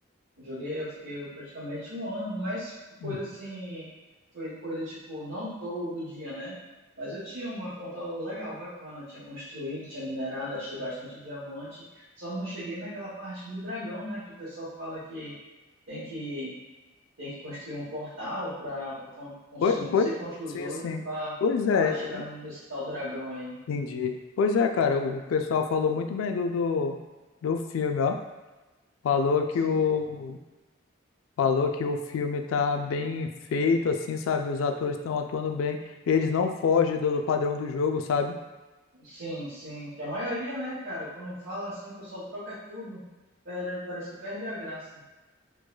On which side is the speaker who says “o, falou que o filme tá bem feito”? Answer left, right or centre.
Left